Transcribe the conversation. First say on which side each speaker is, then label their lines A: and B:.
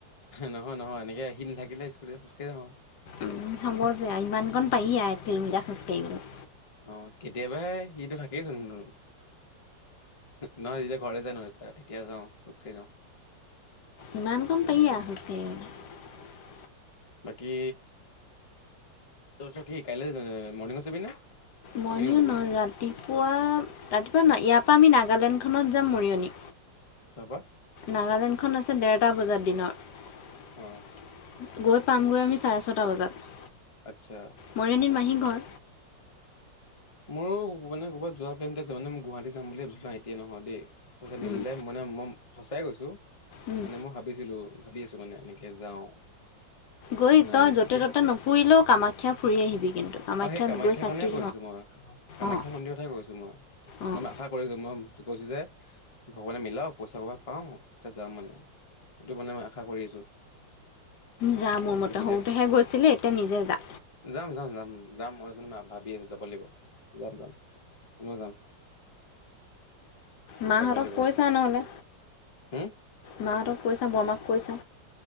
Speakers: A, on the left (about 45°); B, on the left (about 70°).
A: নহয়, নহয় এনেকে সি নাথাকিলে স্কুুল খোজ কাঢ়ি আহোঁ।
B: উম, হ'ব যে ইমান কণ পাৰি তিনিটা খোজ কাঢ়িবলৈ।
A: অ' কেতিয়াবাহে সিটো থাকেইচোন ন। নহয় সেইকেইটা ঘৰ যে নতি ঠিকে যাওঁ খোজ কঢ়ি যাওঁ।
B: ইমান কম
A: তেনেকে
B: পাৰি আৰু খোজকাঢ়িবলৈ।
A: বাকী চ কি কাইলৈ মৰ্নিঙংতছে জাবি নে <unintelligible>
B: মইও
A: ইভিনিঙত যাবি
B: নহ ৰাতিপুৱা, ৰাতিপুৱা ইয়াৰ পৰা আমি নাগালেণ্ড খনত যাম মৰিয়নি।
A: তাৰপা
B: নাগালেণ্ডখন আছে ডৰটা বজাত দিনৰ।
A: অ
B: গৈ পামগৈ আমি চাৰে ছটা বজাত।
A: আচ্ছা।
B: মৰিয়নিত মাহী ঘৰ
A: মোৰো মানে ক'ৰবাত যোৱা প্লেনতে আছে। মানে, মই গুৱাহাটী চাম বুলি ভাবিছিলো আই টি আই নামত দেই। পইচা মিলিলে
B: উম
A: মানে মই সঁচাই কৈছোঁ,
B: উম
A: মানে মই ভাবিছিলো। ভাবি আছো মানে এনেকে যাওঁ।
B: গৈ
A: মানে
B: তই যতে-ত'তে
A: এতিয়া
B: নুফুৰিলেও কামাখ্যা ফুৰি আহিবি কিন্তু। কামাখ্যাত
A: অ', সেই কামাখ্যাৰ
B: গৈ চাকি
A: কাৰণে কৈছো মই কামাখ্যা
B: অঁ
A: মন্দিৰতহে গৈছো মই
B: অঁ
A: ম আশা কৰিছো মই কৈছো যে ভগৱানে মিলাওক পইচা ক পাওঁ তাৰিছ যাম মানে। সেইটো মানে মই আশা কৰি আছো।
B: যা মোৰ মতে
A: যদি মিলে
B: সৰুতেহে গৈছিলি এতিয়া নিজে যা।
A: যাম যাম যাম যাম মই মানে ভাবি আছ যাব লাগিব। যাম, যাম কনেও যাম।
B: মা
A: যাব
B: হঁতক
A: লাগিব
B: কৈছা নহ'লে?
A: হম
B: মা হঁতক কৈ চাম ম আমাক কৈছা।